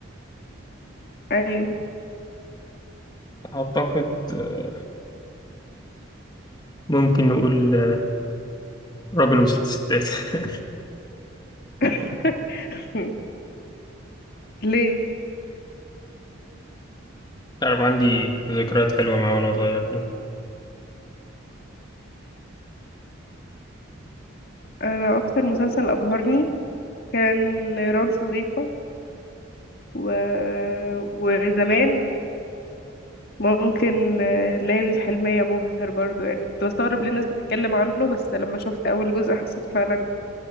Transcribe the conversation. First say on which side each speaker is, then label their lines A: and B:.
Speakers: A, on the left; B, on the left.
A: ايوه
B: أعتقد آه، ممكن نقول آه، راجل وست ستات <laughs>
A: <laughs> ليه
B: تعرف عندي ذكريات حلوة معاه وأنا صغير كده
A: انا اكتر مسلسل ابهرني كان نيران صديقة و... وزمان ممكن ليالي الحلمية مبهر برضو يعني كنت بستغرب ليه الناس بتتكلم عنه بس لما شفت اول جزء حسيته فعلا